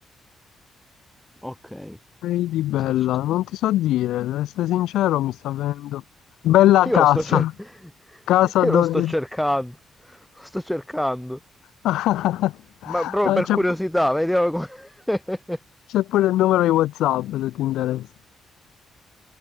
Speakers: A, in the centre; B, on the left (about 75°).
A: Ok. Che
B: Ehi di bella,
A: c'è scritto?
B: non ti so dire, ad essere sincero, mi sta venendo. Bella
A: Io
B: casa,
A: lo sto cer- <laughs>
B: casa
A: io
B: 12.
A: lo sto cercando, lo sto cercando.
B: <laughs>
A: Ma proprio
B: Ah,
A: per
B: C'è
A: curiosità, vediamo come... <laughs>
B: c'è pure il numero di WhatsApp se ti interessa.